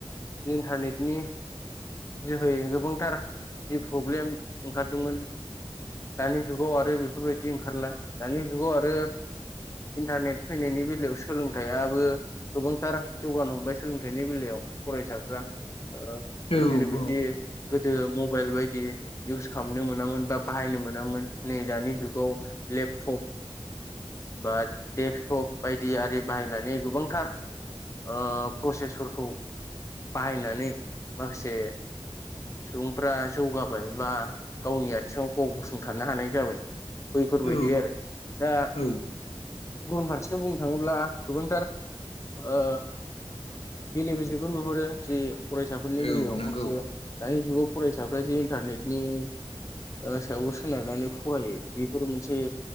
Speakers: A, on the left; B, on the left.
A: इन्टारनेटनि जोहैैयै गोबांथार जि प्रब्लेम ओंखारदोंमोन दानि जुगाव आरो बेफोरबायदि ओंखारला, दानि जुगाव आरो इन्टारनेट फैनायनि बेलायाव सोलोंथाइाबो गोबांथार जौगानो हमबाय सोलोंथाइनि बेलायाव फरायसाफ्रा। ओ
B: औ
A: जेरैबायदि
B: औ
A: गोदो मबाइल बायदि इउस खालामनो मोनामोन बा बाहायनो मोनामोन। नै दानि जुगाव लेपटप बा डेकसटप बायदि आरि बाहायनानै गोबांथार ओ प्रसेसफोरखौ बाहायनानै माखासे सुबुंफ्रा जौगाबाय बा गावनि आथिङाव गाव गसंथानो हानाय। जाबाय। बैफोरबायदि
B: औ
A: आरो दा
B: औ
A: गुबुन फारसेथि बुंनो थाङोब्ला गोबांथार ओ बेले बेजेबो नुहरो जे फरायसाफोरनि बेलायाव
B: औ नंगौ
A: माखासे दानि जुगाव फरायसाफ्रा जे इन्टारनेटनि ओ सायावल' सोनारनानै फरायो बेफोर मोनसे